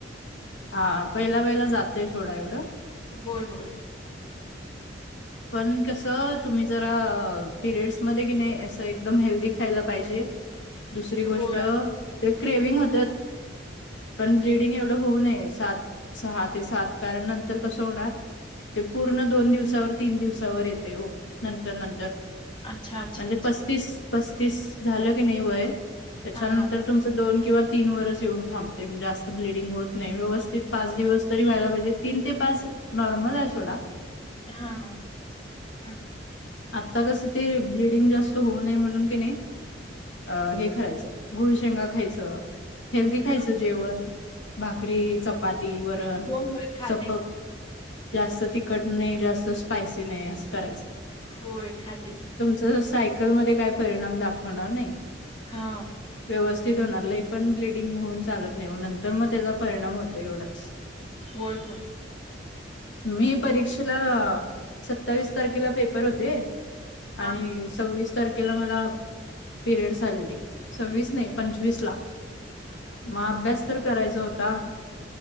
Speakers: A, on the left (about 80°); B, on the left (about 25°).
A: हां पहिला वहिला जातंय थोडां एवढं
B: होयं होयं
A: पणं कसं तुम्हीं जरां पिरियड्स मध्यें की नाहीं असं एकदंम हेल्दी खांयला पाहिजे दुसरी गोष्टं
B: होय.
A: ते क्रेवि्हंग होतं पणं ब्लडिंग एवढं होऊं नये सात सहा ते सात कारणं नंतर कसं होणारं ते पूर्ण दोन दिवसांवर तीनं दिवसांवर येते हो नंतर नंतर
B: अच्छा अच्छा
A: म्हणजे
B: अच्छा.
A: पस्तीस पस्तीस झालं की नाहीं वयं त्यांच्यानंतर
B: हा हा
A: तुमचं दोन किंवा तीनं वरंस येऊंन थांबते म्हणे जास्तं ब्लडिंग होतं नाहीं व्यवस्थित पांच दिवसं तरी व्हांयला पाहिजे तीन ते पांच नॉर्मल आहे सोंडा
B: हां हां हम्मं
A: आंत्ता कसं ते ब्लिडिंग जास्तं होऊं नये म्हणूंन की नाहीं अं हे खांयाचं गुंळ शेंगा खायचं हेल्दी खायचं
B: हा
A: जेवणं भाकरी चपांती वरणं
B: हो होय खाते
A: चंपक
B: की.
A: जास्तं तिखंट नाहीं जास्तं स्पायसी नाहीं असं करायचं
B: होयं खाते की
A: सायकलंमध्यें कायं परिणाम दाखवणारं नाहीं
B: हां
A: व्यवस्थित होणारं ल पणं ब्लिडिंग होऊंन चालतं नाहीं नंतर मंग त्यांचा परिणांम होतो एवढांच
B: होयं होयं
A: मी परीक्षेला सत्तावीस तारखेला पेपर होते
B: हा
A: आणि
B: हा.
A: सव्वीस तारखेला मलां पिरियडस आलेले सव्वीस नाहीं पंचवीस लां.
B: हां हां,
A: मंग अभ्यास तरं करांयचा होतां,